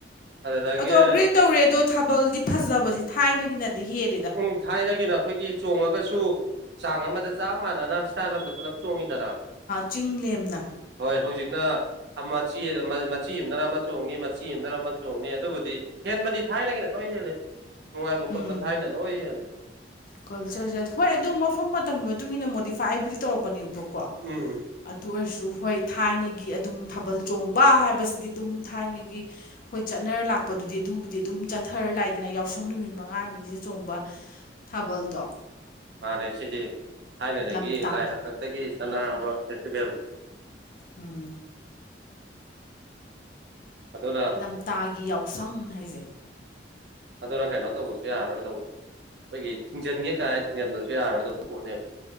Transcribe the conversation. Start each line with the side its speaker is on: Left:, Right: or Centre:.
Right: ꯑꯗꯨꯗꯒꯤ
Left: ꯑꯗꯣ ꯑꯞꯒ꯭ꯔꯦꯗ ꯇꯧꯔꯦ ꯑꯗꯣ ꯊꯥꯕꯜꯗꯤ ꯐꯖꯕꯁ ꯊꯥꯏꯅꯒꯤꯅꯗꯤ ꯍꯦꯜꯂꯦꯗ
Right: ꯄ ꯊꯥꯏꯅꯒꯤꯅ ꯑꯩꯈꯣꯏꯒꯤ ꯆꯣꯡꯉꯒꯁꯨ ꯆꯥꯡ ꯑꯃꯗ ꯆꯞ ꯃꯥꯟꯅꯅ ꯏꯁ꯭ꯇꯥꯏꯜꯣꯝꯗ ꯄꯨꯂꯞ ꯆꯣꯡꯉꯤꯗꯅ
Left: ꯆꯤꯡ ꯂꯦꯝꯅ
Right: ꯍꯣꯏ ꯍꯧꯖꯤꯛꯅ ꯃꯆ ꯃꯆꯤ ꯑꯃꯗꯅ ꯑꯃꯨꯣꯡꯅꯤ ꯃꯆꯤ ꯑꯃꯗꯅ ꯑꯃꯨ ꯍꯣꯡꯅꯤ ꯑꯗꯨꯕꯨꯗꯤ ꯍꯦꯟꯕꯗꯤ ꯊꯥꯏꯅꯒꯤꯅ ꯂꯣꯏ ꯍꯦꯜꯜꯂꯤ ꯅꯨꯡꯉꯥꯏꯕ
Left: ꯎꯝ
Right: ꯈꯣꯠꯄ ꯊꯥꯏꯅ ꯂꯣꯏ ꯍꯦꯜꯂꯦ
Left: ꯀꯜꯆꯔꯁꯦ ꯍꯣꯏ ꯑꯗꯣ ꯃꯐꯝ ꯃꯇꯝꯒꯤ ꯃꯇꯨꯡ ꯏꯟꯅ ꯃꯣꯗꯤꯐꯥꯏ ꯑꯩꯕꯨꯗꯤ ꯇꯧꯔꯛꯄꯅꯦꯕꯣꯛ ꯀꯣ
Right: ꯎꯝ
Left: ꯑꯗꯨ ꯑꯣꯏꯔꯁꯨ ꯍꯣꯏ ꯊꯥꯏꯅꯒꯤ ꯑꯗꯨꯝ ꯊꯥꯕꯜ ꯆꯣꯡꯕ ꯍꯥꯏꯕꯁꯤꯗꯤ ꯑꯗꯨꯝ ꯊꯥꯏꯅꯒꯤ ꯍꯣꯏ ꯆꯠꯅꯔ ꯂꯥꯛꯄꯗꯨꯗꯤ ꯑꯗꯨꯕꯨꯗꯤ ꯑꯗꯨꯝ ꯆꯠꯊꯔ ꯂꯥꯛꯏꯗꯅ ꯌꯥꯎꯁꯪ ꯅꯨꯃꯤꯠ ꯃꯉꯥꯅꯤꯁꯤꯗ ꯆꯣꯡꯕ ꯊꯥꯕꯜꯗꯣ
Right: ꯃꯥꯅꯦ ꯁꯤꯗꯤ ꯊꯥꯏꯅꯗꯒꯤ
Left: ꯂꯝꯇꯥ
Right: ꯂꯥꯏ ꯍꯥꯛꯇꯛꯇꯒꯤ ꯆꯠꯅꯔꯛꯑꯕ ꯐꯦꯁꯇꯤꯚꯦꯜꯅꯤ
Left: ꯎꯝ
Right: ꯑꯗꯨꯅ
Left: ꯂꯝꯇꯥꯒꯤ ꯌꯥꯎꯁꯪ ꯍꯥꯏꯁꯦ
Right: ꯑꯗꯨꯅ ꯀꯩꯅꯣ ꯇꯧꯕꯁꯨ ꯌꯥꯔꯔꯣꯏꯗꯧꯕ ꯑꯩꯈꯣꯏꯒꯤ ꯊꯤꯡꯖꯤꯟꯒꯦ ꯀꯥꯏ ꯊꯤꯡꯖꯤꯟꯕꯁꯨ ꯌꯥꯔꯔꯣꯏꯗꯧꯕ ꯄꯣꯠꯅꯦꯕ